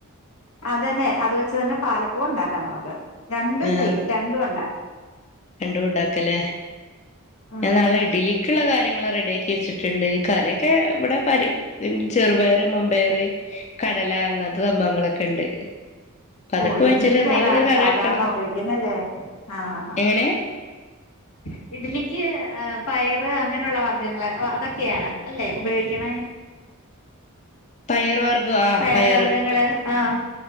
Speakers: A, on the left (about 85°); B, on the left (about 30°).
A: അതെന്നെ അത് വെച്ച് തന്നെ പാലപ്പോ ണ്ടാക്കാം നമക്ക് രണ്ടും
B: ആ
A: സെയിം രണ്ടും ഉണ്ടാക്കാം
B: രണ്ടും ഉണ്ടാക്കല്ലേ
A: ഉം
B: ഞാൻ നാളെ ഇഡിലി ക്കിള്ള കാര്യങ്ങൾ റെഡി ആക്കി വെച്ചിട്ടുണ്ട് നി കറ്യൊക്കെ ഇവിടെ പ ചെറുപയറ് മമ്പയർ കടല അങ്ങനത്തെ സംഭവങ്ങളൊക്കെ ഉണ്ട് അതൊക്കെ
A: ഓഹ് ഇഡ്ലിക്ക്
B: വെച്ചിട്ട് എന്തെങ്കിലും
A: അതാണ്
B: ഒരു കറി
A: സാധാരണ
B: വെക്കണം
A: ഉപയോഗിക്കുന്നല്ലേ ആഹ് ആഹ്
B: എങ്ങനെ
A: <inaudible> ഇഡ്ലിക്ക് പയറ് അങ്ങനെയുള്ള വർഗങ്ങള് അതൊക്കെയാണ് അല്ലേ ഉപയോഗിക്കണ
B: പയർ വർഗം ആ
A: പയർ
B: പയറ്
A: വർഗ്ഗങ്ങള് ആഹ്